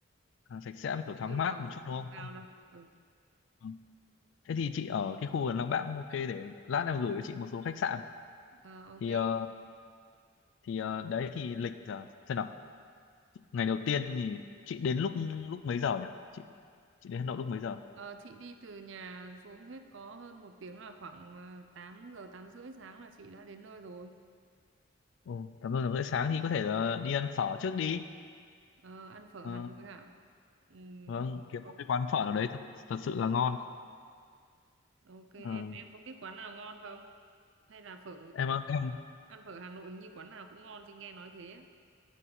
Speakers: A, on the left (about 65°); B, on the right (about 65°).
A: À, sạch sẽ
B: Chị
A: với kiểu thoáng
B: yêu
A: mát
B: cầu
A: một chút
B: chị
A: đúng
B: không
A: không?
B: cao
A: Không.
B: đâu. Ừ.
A: Ừ. Thế thì chị ở cái khu gần Lăng Bác cũng ok để lát em gửi cho chị một số khách sạn.
B: Ờ,
A: Thì
B: ok.
A: ờ, thì ờ, đấy thì lịch giờ xem nào ngày đầu tiên thì chị đến lúc lúc mấy giờ nhỉ chị chị đến Hà Nội lúc mấy giờ
B: Ờ, chị đi từ nhà xuống hết có hơn một tiếng là khoảng ờ, 8 giờ 8 rưỡi sáng là chị đã đến nơi rồi.
A: ừ, tầm giờ rưỡi sáng thì có thể là đi ăn phở trước đi
B: Ờ, ăn phở
A: Ờ,
B: Hà Nội hả? Ừm,
A: vâng kiếm
B: có,
A: một cái quán phở nào đấy thật, thật sự là ngon
B: ok em
A: Ờ,
B: em có biết quán nào ngon không? Hay là phở
A: em á, em
B: ăn phở Hà Nội hình như quán nào cũng ngon chị nghe nói thế. á.